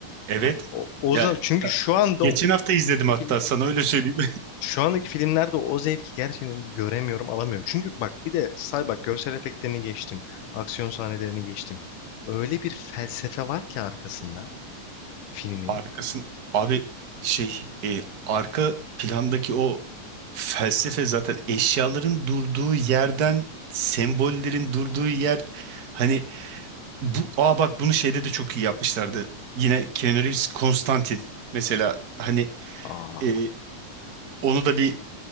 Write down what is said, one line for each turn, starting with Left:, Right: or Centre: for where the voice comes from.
Right: evet.
Left: Bak o, o
Right: Ya
Left: zaman çünkü şu anda
Right: Geçen
Left: o-
Right: hafta izledim
Left: He
Right: hatta sana öyle söyleyeyim.
Left: Şu andaki filmlerde o zevki gerçekten göremiyorum, alamıyorum. Çünkü bak bir de say bak görsel efektlerini geçtim. Aksiyon sahnelerini geçtim. Öyle bir felsefe var ki arkasında filmin.
Right: <laughs> Arkasın abi şey e, arka plandaki o felsefe zaten eşyaların durduğu yerden sembollerin durduğu yer hani bu aa bak bunu şeyde de çok iyi yapmışlardı. Yine Keanu Reeves Konstantin mesela hani
Left: Aa,
Right: e, onu da bir